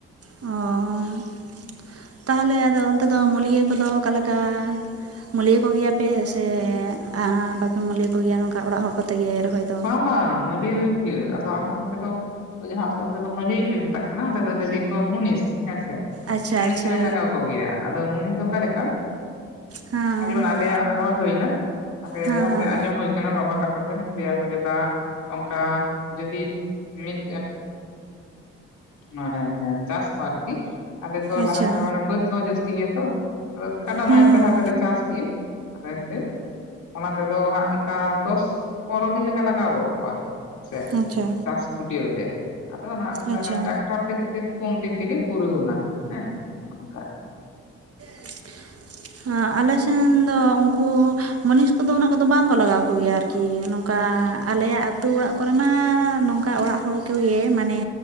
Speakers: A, on the right; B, on the left.
A: ᱚ ᱾ ᱛᱟᱦᱚᱞᱮ ᱟᱫᱚ ᱚᱱᱛᱮ ᱫᱚ ᱢᱩᱞᱭᱟᱹ ᱠᱚᱫᱚ ᱚᱠᱟᱞᱮᱠᱟ ᱾ ᱢᱩᱞᱤᱭᱟᱹ ᱠᱚᱜᱮᱭᱟᱯᱮ ᱥᱮ ᱟᱼᱵᱟᱯᱮ ᱢᱩᱞᱟᱹᱭ ᱠᱚᱜᱮᱭᱟ ᱱᱚᱝᱠᱟ ᱚᱲᱟᱜ ᱦᱚᱲ ᱾ ᱠᱚᱛᱮᱜᱮ ᱨᱚᱦᱚᱭ ᱫᱚ
B: ᱵᱟᱝ ᱵᱟᱝ ᱢᱩᱞᱤᱭᱟᱹ ᱦᱩᱭᱩᱜ ᱜᱮ ᱟᱫᱚ ᱟᱞᱮ ᱚᱱᱛᱮ ᱫᱚ ᱟᱫᱚ ᱡᱟᱦᱟᱸ ᱟᱯᱮ ᱚᱱᱛᱮ ᱫᱚ ᱢᱩᱞᱤᱭᱟᱹ ᱯᱮ ᱢᱮᱛᱟᱜ ᱠᱟᱱᱟ ᱟᱞᱮ ᱫᱚᱞᱮ ᱞᱟᱹᱭ ᱠᱚᱣᱟ ᱢᱩᱱᱤᱥ ᱦᱮᱸᱥᱮ ᱾
A: ᱟᱪᱪᱷᱟ
B: ᱢᱩᱱᱤᱥ
A: ᱟᱪᱪᱷᱟ
B: ᱞᱮ ᱞᱟᱜᱟᱣ ᱠᱚᱜᱮᱭᱟ ᱟᱫᱚ ᱢᱩᱱᱤᱥ ᱫᱚ ᱚᱠᱟ ᱞᱮᱠᱟ
A: ᱦᱮᱸ
B: ᱩᱸ ᱡᱮᱢᱚᱱ ᱟᱞᱮᱭᱟᱜ ᱨᱚᱦᱚᱭ ᱦᱩᱭᱱᱟ ᱟᱫᱚ
A: ᱦᱮᱸ
B: ᱞᱟᱦᱟᱛᱮ
A: ᱦᱮᱸ
B: ᱟᱸᱡᱚᱢ ᱦᱩᱭ ᱠᱟᱱᱟ ᱵᱟᱵᱟ ᱛᱟᱠᱚ ᱠᱚᱴᱷᱮᱱ ᱞᱟᱹᱭᱟᱠᱚ ᱡᱮᱠᱟ ᱪᱮᱫᱟ ᱚᱱᱠᱟ ᱡᱩᱫᱤ ᱢᱤᱫ ᱢᱟᱱᱮ ᱪᱟᱥ ᱠᱚ ᱟᱨᱠᱤ ᱟᱞᱮ ᱛᱚ
A: ᱟᱪᱪᱷᱟ
B: ᱞᱟᱦᱟᱛᱮ ᱢᱟᱱᱮ ᱵᱟᱹᱫ ᱠᱚᱦᱚᱸ ᱡᱟᱹᱥᱛᱤ ᱜᱮᱭᱟ ᱛᱚ ᱟᱫᱚ ᱠᱟᱰᱟ
A: ᱦᱩᱸ
B: ᱱᱟᱦᱮᱞ
A: ᱦᱩᱸ
B: ᱛᱮ ᱞᱟᱦᱟ ᱛᱮᱞᱮ ᱪᱟᱥ ᱜᱮ ᱾ ᱟᱫᱚ ᱮᱱᱛᱮᱫ ᱚᱱᱟ ᱛᱮᱫᱚ ᱦᱟᱸᱜ ᱚᱱᱠᱟ ᱫᱚᱥ ᱯᱚᱱᱨᱚ ᱫᱤᱱ ᱞᱮᱠᱟ ᱞᱟᱜᱟᱣ ᱜᱚᱫ ᱠᱚᱜᱼᱟ ᱾ ᱦᱮᱸᱥᱮ,
A: ᱦᱩᱸ ᱟᱪᱪᱷᱟ
B: ᱪᱟᱥ ᱜᱩᱴᱭᱟᱣᱛᱮ ᱟᱫᱚ ᱱᱟᱦᱟᱜ
A: ᱟᱪᱪᱷᱟ
B: <unintelligible> ᱴᱨᱟᱠ ᱴᱟᱨᱛᱮ ᱠᱷᱟᱹᱛᱤᱨ ᱯᱩᱱ ᱫᱤᱱ ᱛᱮᱜᱮ ᱯᱩᱨᱟᱹᱣᱱᱟ ᱦᱮᱸ ᱚᱱᱠᱟ,
A: <inaudible> ᱦᱟᱸ ᱟᱞᱮ ᱥᱮᱱ ᱫᱚ ᱩᱱᱠᱩ ᱢᱟᱱᱤᱥ ᱠᱚᱫᱚ ᱩᱱᱟᱹᱜ ᱠᱚᱫᱚ ᱵᱟᱝᱠᱚ ᱞᱟᱜᱟᱣ ᱠᱚᱜᱮᱭᱟ ᱟᱨ ᱠᱤ ᱱᱚᱝᱠᱟ ᱟᱞᱮᱭᱟᱜ ᱟᱹᱛᱩ ᱚᱲᱟᱜ ᱠᱚᱨᱮ ᱢᱟ ᱱᱚᱝᱠᱟ ᱚᱲᱟᱜ ᱦᱚᱲ ᱠᱚᱜᱮ ᱢᱟᱱᱮ